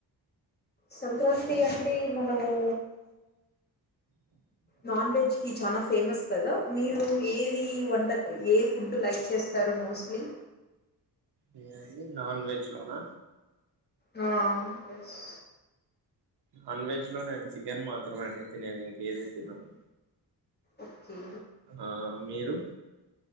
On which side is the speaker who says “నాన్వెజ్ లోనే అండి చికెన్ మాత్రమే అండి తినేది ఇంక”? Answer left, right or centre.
Right